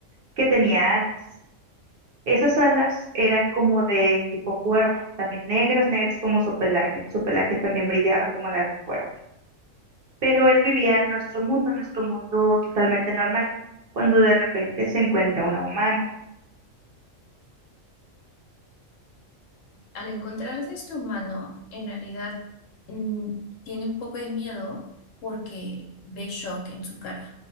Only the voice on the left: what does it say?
al encontrarse este humano, en realidad mm, tiene un poco de miedo porque ve shock en su cara,